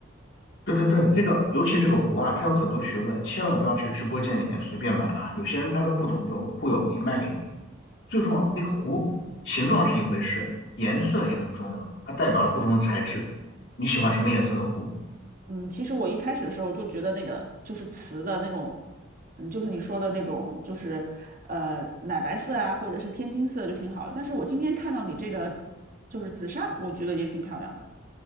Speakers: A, on the left; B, on the right.
A: 对对对，这个尤其这个壶啊，它有很多学问，千万不要去直播间里面随便买啊，有些人他都不懂就忽悠你，卖给你。最重要，那个壶形状是一回事，颜色也很重要，它代表了不同的材质。你喜欢什么颜色的壶？
B: 嗯，其实我一开始的时候就觉得那个就是瓷的那种，嗯，就是你说的那种，就是呃奶白色啊，或者是天青色就挺好的。但是我今天看到你这个就是紫砂壶，我觉得也挺漂亮的。